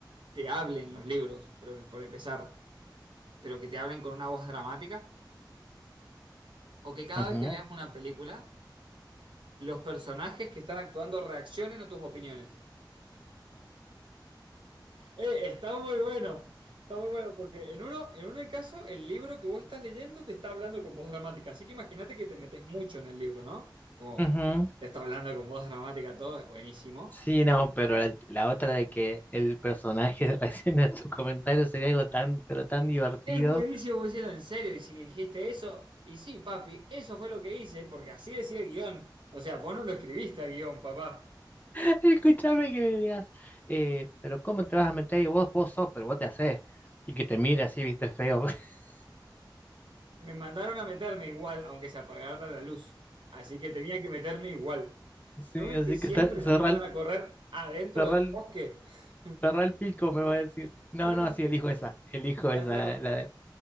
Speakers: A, on the right; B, on the left.
A: te hablen los libros, pero por empezar? pero que te hablen con una voz dramática, o que cada
B: Ujú.
A: vez que veas una película, los personajes que están actuando reaccionen a tus opiniones. Eh, está muy bueno, está muy bueno, porque en uno, en un caso, el libro que vos estás leyendo te está hablando con voz dramática, así que imagínate que te metes mucho en el libro, ¿no? Como
B: Ujú.
A: te está hablando con voz dramática todo, es buenísimo.
B: Sí, no, pero la, la otra de que el personaje <laughs> reaccione a tus comentarios sería algo tan, pero tan divertido.
A: Es buenísimo, vos decís, en serio, y si dijiste eso, y sí, papi, eso fue lo que hice, porque así decía el guión. O sea, vos no lo escribiste al guión, papá.
B: <laughs> Escúchame que le digas, eh, pero ¿cómo te vas a meter? Y vos, vos sos, pero vos te hacés. Y que te mire así, viste, feo. <laughs>
A: Me mandaron a meterme igual, aunque se apagara la luz. Así que tenía que meterme igual.
B: Sí,
A: ¿No ven
B: así
A: que siempre
B: que cer- cerrá
A: nos mandan
B: el
A: a correr adentro
B: cerrá
A: del
B: el-
A: bosque? <laughs>
B: cerrá el pico, me va a decir. No,
A: Claro.
B: no, sí, elijo esa, elijo
A: A
B: esa,
A: ver, flaco,
B: la, la,